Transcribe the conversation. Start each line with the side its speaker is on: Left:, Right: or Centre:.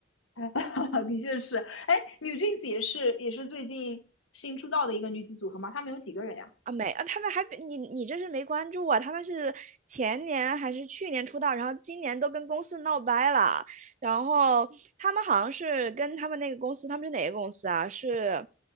Left: <laughs> 的确是，哎，NewJeans 也是也是最近新出道的一个女子组合嘛，他们有几个人呀？
Right: 啊，没啊，他们还比你你这是没关注啊，他们是前年还是去年出道，然后今年都跟公司闹掰了，然后他们好像是跟他们那个公司，他们是哪个公司啊？是，